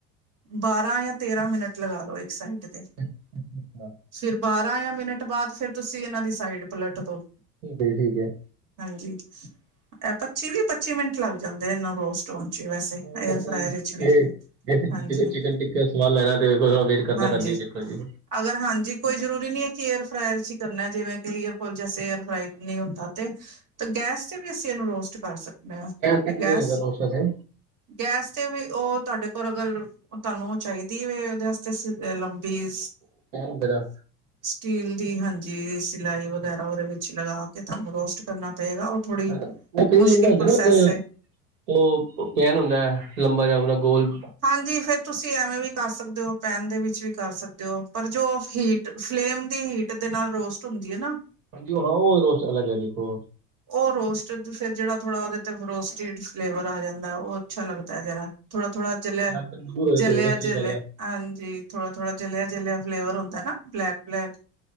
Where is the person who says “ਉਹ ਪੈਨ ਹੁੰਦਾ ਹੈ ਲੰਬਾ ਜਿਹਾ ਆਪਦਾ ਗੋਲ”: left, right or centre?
Right